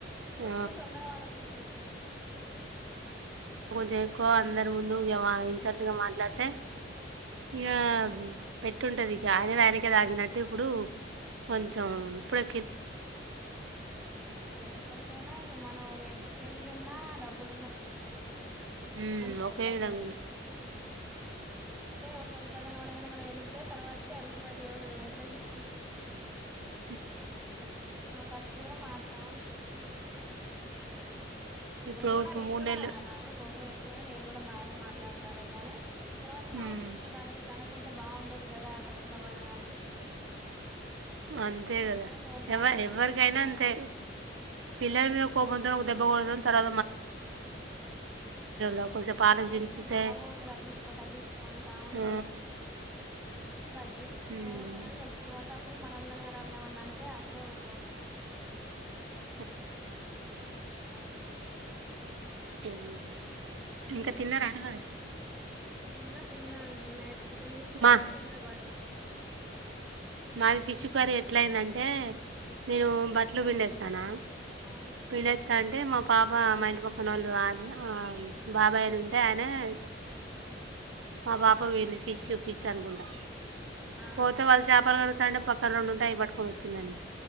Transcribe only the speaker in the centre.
ఏ ముందు తొందరవడద్దు దేనికైనా
ఆ
అదే అదే ఎప్పటికైనా ఇక మనం ఎంత స్టేజిలున్న డబ్బులు ఉన్నా లేకున్నా ఒక విధంగా ఉంటు
ప్రాబ్లం
ఉండదు
ఒక్క రూపాయి కనవ్వడంగానే మన ఎగురుతె తర్వాతకి రూపాయి దేవుడు వెంటనే తీసుకుంటాడు
మన పరిస్థితి కూడా మారుతా ఉంటది.
మేము
కూడా
నేను కూడా
నా కూడా కోపం ఎ ఎక్కువైనా నేను కూడా బాగానే మాట్లాడతార కానీ తర్వాతకి
ఆలోచించుకుంన్నారా ఇట్లా అన కుంటే బాగుండేది కదా ఆ టైమ్ లో వాళ్ళని అనిపిస్తుది మళ్ళేమ్మటే
అందుకోసమని
నోరు జారుతాం
కాబట్టి
అప్పటికి
అన్ని అయిపోయినాయి
అంతా
ఉంటం మాముూలు కూడా ఒక తగ్గించుకో తగ్గించుకో అంటా ఉంటారు
తగ్గిస్తేనే
ఉంటా కానీ ఎప్పుడు వాడితే అప్పుడు మనొళ్ళ ఎవరన్నా ఏమన్నా అంటే అసలేఊకోను
ఆ అట్లా
నైట్ చికెన్ తీస్కోచ్చిన
నిన్న బర్డే చేస్ స్పెషలు
ఆహా
ఉహు
ఆ